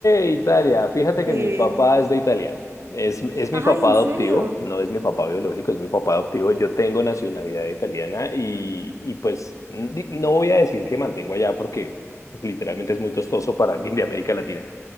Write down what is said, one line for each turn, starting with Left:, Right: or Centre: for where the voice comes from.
Left: Italia. Fíjate
Right: Sí.
Left: que mi papá es de Italia. Es, es mi
Right: Ay,
Left: papá
Right: ¿en
Left: adoptivo,
Right: serio?
Left: no es mi papá biológico, es mi papá adoptivo. Yo tengo nacionalidad italiana y, y pues n- di- no voy a decir que mantengo allá porque literalmente es muy costoso para alguien de América Latina.